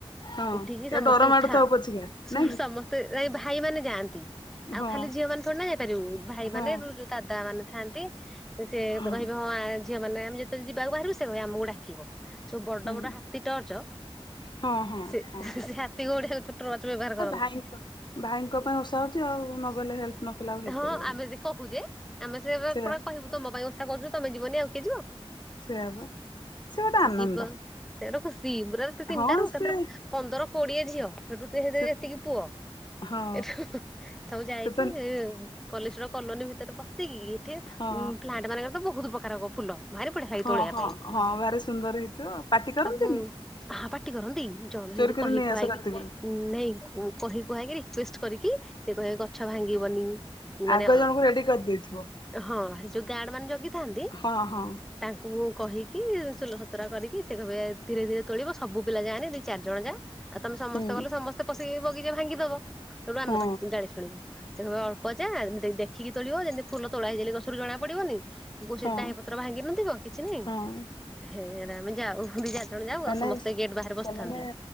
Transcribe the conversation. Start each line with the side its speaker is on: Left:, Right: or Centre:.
Left: ହଁ
Centre: ଉଠିକି ସମସ୍ତେ
Left: ଏ ଡର ମାଡୁଥାଉ
Centre: ଉଠା,
Left: ପଛିକା
Centre: ସେଉଟୁ
Left: ନାଇଁ କି
Centre: ସମସ୍ତେ ନାଇଁ ଭାଇ ମାନେ ଯାଆନ୍ତି। ଆଉ
Left: ହଁ
Centre: ଖାଲି ଝିଅମାନେ ଥୋଡ଼ିନା ଯାଇପାରିବୁ ଭାଇ
Left: ହଁ
Centre: ମାନେ ରୁ ଯ ଦାଦା ମାନେ ଥାଆନ୍ତି, ସେ
Left: ହୁଁ
Centre: କହିବେ ହଁ ଆଁ ଝିଅମାନେ ଆମେ ଯେତେବେଳେ ଯିବାକୁ ବାହାରିବୁ ସେ କହିବେ ଆମକୁ ଡା କିବ, ସବୁ ବଡ
Left: ହୁଁ
Centre: ବଡ ହାତୀ ଟର୍ଚ
Left: ହଁ ହଁ
Centre: ସେ
Left: ହଁ
Centre: ସେ ହାତୀ ଘଉଡ଼ାଇବାକୁ ସେ ଟ୍ରଚ ବ୍ୟବହାର
Left: ଆ
Centre: କରନ୍ତି।
Left: ଭାଇଙ୍କ ଭାଇଙ୍କ ପାଇଁ ଓସା ହଉଛି ଆଉ ନଗଲେ ହେଲ୍ପ ନ କଲେ ଆଉ ହେଇପାରିବନି
Centre: ହଁ ଆମେ ଯେ କହୁଛେ ଆମେ ସେ
Left: ସେୟା
Centre: ପୁରା କହିବୁ ତମ ପାଇଁ ଓସା କରୁଛୁ ତମେ ଯିବନି ଆଉ କିଏ ଯିବ।
Left: ସେୟା ବା ସେ ଗୋଟେ ଆନନ୍ଦ
Centre: ଯିବ ସେ ର ଖୁସି ଗୁରାର ତିନିଟା
Left: ହଁ
Centre: ରୁ ଏକଥରେ
Left: ସେ
Centre: ପନ୍ଦର କୋଡ଼ିଏ ଝିଅ। ସେଠୁ ତ ହେ
Left: ସେ
Centre: ଯେତିକି ପୁଅ
Left: ହଁ
Centre: ଏଠୁ ସବୁ ଯାଇକି
Left: ସେ ତ
Centre: ପଲଶର କଲୋନୀ ଭିତରେ ପଶିକି ଏଠି
Left: ହଁ
Centre: ପ୍ଲାଣ୍ଟ ମାନଙ୍କରେ ତ ବୋହୁତ ପ୍ରକାର ଫୁଲ। ଭାରି ବଢିଆ ଲାଗେ
Left: ହଁ
Centre: ତୋଳିବା
Left: ହଁ
Centre: ପାଇଁ
Left: ହଁ ଭାରି ସୁନ୍ଦର ହେଇଥିବ ପାଟି କରନ୍ତିନି?
Centre: ଆଉ ହା ପାଟି କରନ୍ତି ଜଣେ ସେମତି
Left: ଚୋରି କରି
Centre: କହି
Left: ନେଇ
Centre: କୁହାଇକି
Left: ଆସ ରାତି ବେଳୁ
Centre: ନେଇ କହି କୁହାକି ରିକ୍ୱେଷ୍ଟ କରିକି ସେ କହିବେ ଗଛ ଭାଙ୍ଗିବନି ମାନେ
Left: ଆଗୁଆ ଜଣଙ୍କୁ ରେଡି କରିଦେଇଥିବ
Centre: ହଁ ଯୋଉ ଗାଡ ମାନେ ଜଗିଥାନ୍ତି
Left: ହଁ ହଁ
Centre: ତାଙ୍କୁ କହିକି ସୁଲ ସତୁରା କରିକି ସେ କହିବେ ଧୀରେ ଧୀରେ ତୋଳିବ ସବୁ ପିଲା ଯାଏନି ଦି ଚାରିଜଣ ଯା। ଆଉ ତମେ ସମସ୍ତେ
Left: ହୁଁ
Centre: ଗଲେ ସମସ୍ତେ ପଶେଇ ବଗି ଭାଙ୍ଗିଦବ ସେଇଠୁ ଆମେ
Left: ହଁ
Centre: ପାଟି ଗାଳି ଶୁଣିବୁ ସେ ଅଳ୍ ପଜା ଦେଖିକି ତୋଳିବ ଯେମିତି ଫୁଲ ତୋଳା ହେଇଚି ବୋଲି ଗଛରୁ ଜଣା ପଡିବନି। କି କୋ
Left: ହଁ
Centre: ଡାହି ପତ୍ର ଭାଙ୍ଗି ନଥିବ କିଛି ନାଇଁ।
Left: ହଁ
Centre: ହେ ଆମେ ଯାଉ ଦି ଚାରି ଜଣ ଯାଉ ଆଉ ସମସ୍ତେ
Left: ନାଇଁ
Centre: ଗେଟ୍ ବାହାରେ ବସିଥାନ୍ତି।
Left: ସେମାନେ